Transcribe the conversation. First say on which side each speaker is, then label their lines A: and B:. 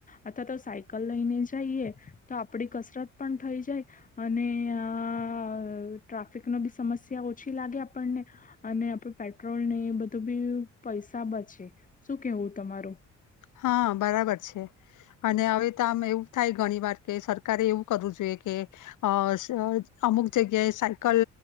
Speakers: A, on the left (about 25°); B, on the left (about 80°).
A: અથવા તો સાયકલ લઈને જઈએ તો આપડી કસરત પણ થઈ જાય, અને આઅ ટ્રાફિક નો બી સમસ્યા ઓછી લાગે આપણને અને આપડું પેટ્રોલ ને એ બધું બી પૈસા બચે. શું કેવું તમારું?
B: હા, બરાબર છે અને હવે તો આમ એવું થાય ઘણી વાર કે સરકારે એવું કરવું જોઈએ કે અહ સજ અમુક જગ્યાએ સાયકલ